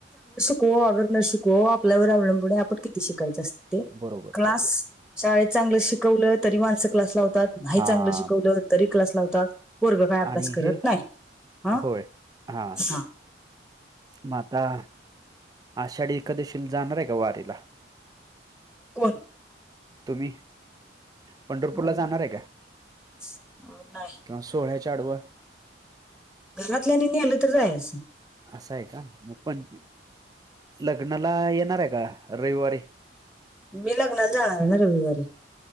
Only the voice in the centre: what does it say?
शिको अगर न शिको आपल्यावर अवलंबून हाय आपण किती शिकायचं असतं ते.
क्लास
शाळेत चांगलं शिकवलं तरी माणसं क्लास लावतात. नाही
चांगलं शिकवलं तरी क्लास लावतात. पोरगं काय अभ्यास
करत
नाही. हा
हा
कोण?
आमी
<unintelligible> नाही.
घरातल्यानी नेलं तर जायाच.
मी लग्नाला जाणार ना रविवारी.